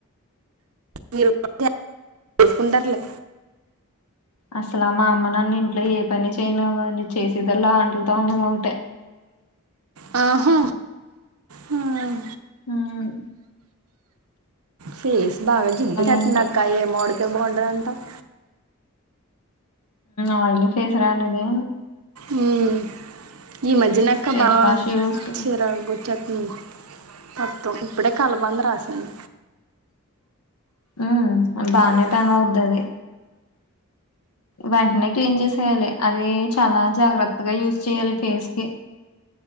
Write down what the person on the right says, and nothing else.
<unintelligible> ఉండర్లే
మ్ హు మ్
ఫేస్ బాగా జిడ్డువచేతుందక్క
ఎం వాడితే బావుంటదంటావ్
మ్ ఈ మధ్యనక్క
బా
చిరకు మ్ మొత్తం ఇప్పుడే కలబంద రాసాను
అప్పుడే